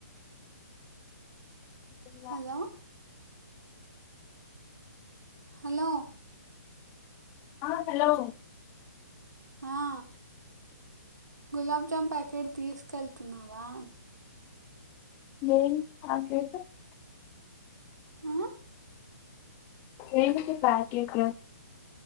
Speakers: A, on the left; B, on the right.
A: <unintelligible>
B: హలో హలో
A: అ హలో
B: అ గులాబ్జామ్ ప్యాకెట్ తీస్కెళ్తున్నావా
A: <unintelligible>
B: ఆ,
A: దేనికి పాకెట్